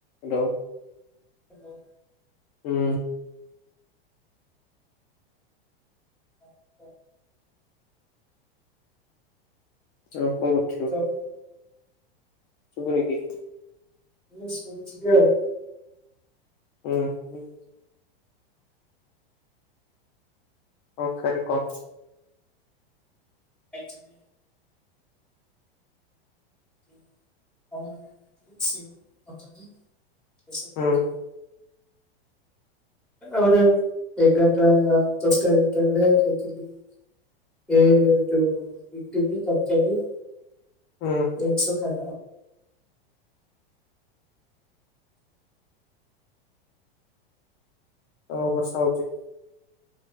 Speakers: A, on the left; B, in the centre.
A: Hello.
B: ହ
A: ଉଁ।
B: <unintelligible>
A: ଆଉ କଣ କରୁଥିଲୁ?
B: ହ୍ୟାଲୋ
A: ଶୁଭୁନି କି?
B: <unintelligible> କ୍ଳିଅର।
A: ହୁଁ ହୁଁ। ହଁ ଖାର କମ୍
B: <unintelligible> ଏ ଫଳ ହେରିକା ଖାଇଥିଲି। ସେଉ କଦଳୀ ଏସବୁ
A: ହୁଁ
B: ଖାଇଥିଲି ଆଉ। ଆର ଏଗାରଟା ଦଶଟା ଏଗାରଟା ବେଳେ ଖାଇଥିଲି। ଏ ଯଉ ଇଟିଲି ତରକାରୀ।
A: ହୁଁ।
B: ଏନ୍ ଶ ଖା
A: ହଉ ବର୍ଷା ହଉଛି।